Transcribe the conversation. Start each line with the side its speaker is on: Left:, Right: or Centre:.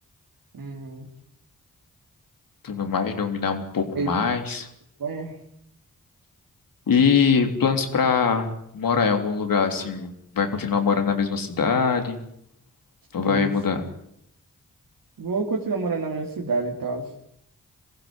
Right: hum,
Left: Tudo mais, dominar um pouco
Right: ir
Left: mais.
Right: pra Espanha?
Left: E planos pra morar em algum lugar assim? Vai continuar morando na mesma cidade? Ou vai
Right: Sim,
Left: mudar?
Right: Vou continuar morando na mesma cidade e tal.